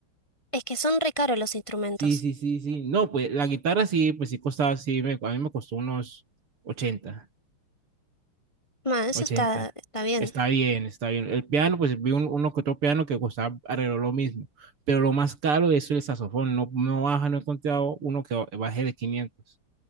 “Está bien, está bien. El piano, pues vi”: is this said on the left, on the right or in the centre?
Right